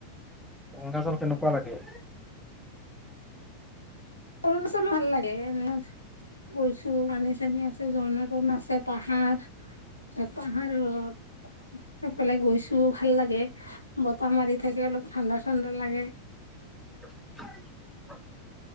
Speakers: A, in the centre; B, on the left (about 85°).
A: অৰুণাচল কেনেকুৱা লাগে?
B: অৰুণাচল ভাল লাগে, এনে গৈছো পানী চানী আছে ঝৰ্ণা তৰ্ণা আছে। পাহাৰ যত পাহাৰত এইফালে গৈছো ভাল লাগে। বতাহ মাৰি থাকে, অলপ ঠাণ্ডা ঠাণ্ডা লাগে।
A: <inaudible>